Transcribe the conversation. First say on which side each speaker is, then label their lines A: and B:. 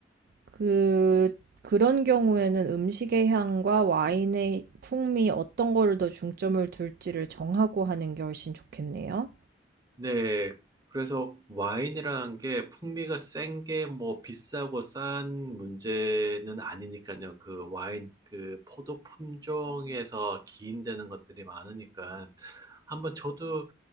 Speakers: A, on the right; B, on the right.
A: 그, 그런 경우에는 음식의 향과 와인의 풍미 어떤 거를 더 중점을 둘지를 정하고 하는 게 훨씬 좋겠네요.
B: 네. 그래서 와인이라는 게 풍미가 센 게 뭐 비싸고 싼 문제는 아니니까요. 그 와인, 그 포도 품종에서 기인되는 것들이 많으니까. 한번 저도